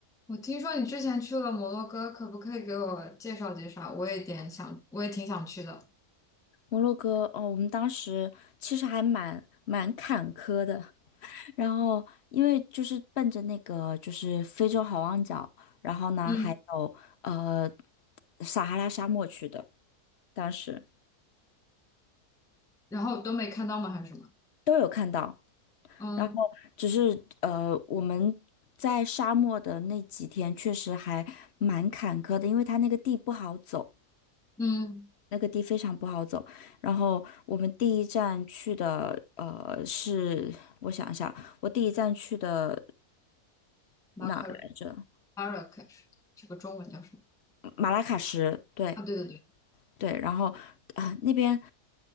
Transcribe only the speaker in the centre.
我听说你之前去了摩洛哥，可不可以给我介绍介绍？我也点想，我也挺想去的。
嗯，
然后都没看到吗？还是什么？
嗯
嗯，
马可
马尔喀什，这个中文叫什么？
啊，对对对，